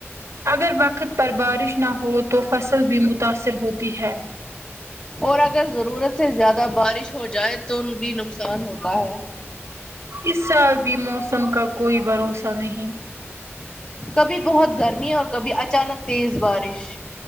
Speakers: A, on the right; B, on the left.
A: اگر وقت پر بارش نہ ہو تو فصل بھی متاثر ہوتی ہے
B: اور اگر ضرورت سے زیادہ بارش ہو جائے تو بھی نقصان ہوتا ہے
A: اس سال بھی موسم کا کوئی بھروسہ نہیں
B: کبھی بہت گرمی اور کبھی اچانک تیز بارش